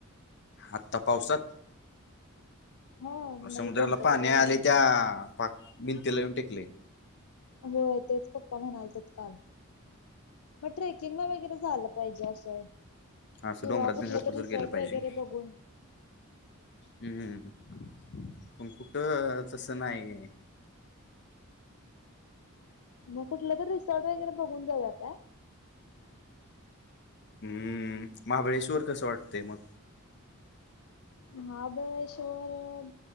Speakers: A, on the left (about 55°); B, on the left (about 80°).
A: आता पावसात
B: हा नाही
A: समुद्राला
B: गणपती
A: पाणी
B: बाला
A: आलय
B: नको
A: त्या पाक भिंतीला येऊन टेकलय
B: होय तेच पप्पा म्हणालेतेत काल मग ट्रेकिंगला वगैरे जायला पाहिजे असं
A: अस
B: किंवा
A: डोंगरात
B: कुठलं
A: बिंगरात कुठ
B: रिसॉर्ट
A: तर गेलं पाहिजे.
B: वगैरे बघून
A: हम्म, पण कुठ तसं नाही.
B: मग कुठलं तर रिसॉर्ट वगैरे बघून जाऊया काय?
A: हम्म, महाबळेश्वर कसं वाटतंय मग?
B: महाबळेश्वर